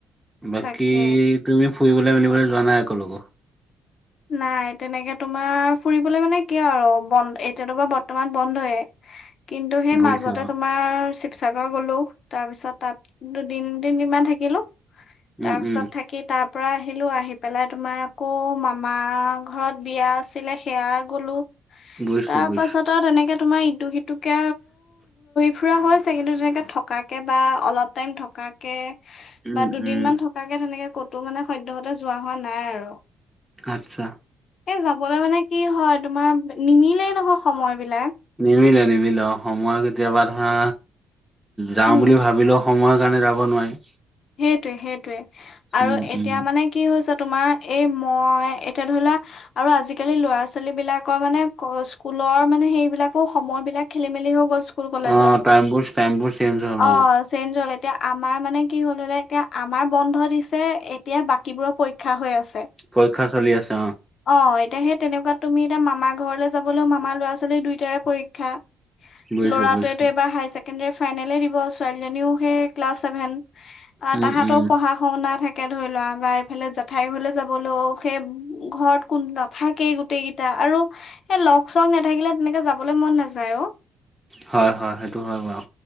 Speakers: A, in the centre; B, on the left.
A: বাকি
B: তাকে।
A: তুমি ফুৰিবলৈ মেলিবলৈ যোৱা নাই একেলো
B: নাই তেনেকে তোমাৰ ফুৰিবলে মানে কিয় আৰু বন্ধ এতিয়াতো বা বৰ্তমান বন্ধয়ে কিন্তু সেই
A: বুজিছা
B: মাজতে তোমাৰ শিসাগৰ গলো তাৰ পিছত তাত দুদিন তিনদিনমান থাকিলো।
A: উম
B: তাৰ পিছত
A: উম
B: থাকি তাৰ পৰা আহিলো আহি পেলাই তোমাৰ আকৌ মা। আমাৰ ঘৰত বিয়া আছিলে সেয়া গলো
A: বুজিছো
B: তাৰ
A: বুজিছো
B: পাছত আৰু তেনেকে তোম ইটোু সিটোুে ফুৰা হৈছে কিন্তু তেনেকৈ থকাকৈ বা অলপ টাইম থকাকৈ
A: উম
B: বা দুদিন
A: উম
B: মান থকাকে তেনেকে ক'ত টো মানে সদ্য়হতে যোৱা হোৱা নাই আৰু
A: আচ্ছা
B: এ যাবলৈ মানে কি হয়। তোমাৰ নিমিলেই নহয় সময় বিলাক।
A: নিমিলে নিমিলে সময় কেতিয়াবা ধৰা যাওঁ
B: উম
A: বুলি ভাবিলো। সময়ৰ কাৰণে যাব নোৱাৰি।
B: সেইটোৱে সেইটোৱে আৰু
A: উম,
B: এতিয়া
A: উম,
B: মানে কি হৈছে তোমাৰ। এ মই এতিয়া ধৰি লোৱা আৰু আজিকালি ল'ৰা ছোৱালী বিলাকৰ মানে স্কুলৰ মানে। সেইবিলাকো সময় বিলাক খেলি মেলি গ'ল স্কুল কলেজৰ
A: অ', টাইমবোৰ টাইমবোৰ চেঞ্জ হ'ল
B: অ চেঞ্জ হ'ল এতিয়া। আমাৰ মানে কি হ'ল হলে এতি আমাৰ বন্ধ দিছে এতিয়া বাকীবোৰৰ পৰীক্ষা হৈ আছে।
A: পৰীক্ষা চলি আছে
B: অ এতিয়া সেই তেনেকুৱা তুমি এতিয়া মামাৰ ঘৰলৈ যাবলৈও মামাৰ ল'ৰা ছোৱালী। লৰা-ছোৱালী দুইটাৰে পৰীক্ষা
A: বুজিছোঁ
B: লৰাটোৱেটো
A: বুজিছোঁ।
B: এইবাৰ হাই ছেকেণ্ডাৰী প দিব। ছোৱালী জনীয়েও সেই ক্লাছ চেভেন আৰু
A: উম,
B: তাহতৰো
A: উম,
B: পঢ়াশুনা থাকে। তে ধৰি লোৱা বা এইফালে জেঠাইৰ ঘৰলৈ যাবলৈও সেই ঘৰত কোন নাথাকেই গোটেই কেইটা আৰু সেই লগ চগ নাথাকিলে তেনেকে যাবলৈ মন নাযায় অ।
A: হয়, হয়, সেইটো হয় বাৰু।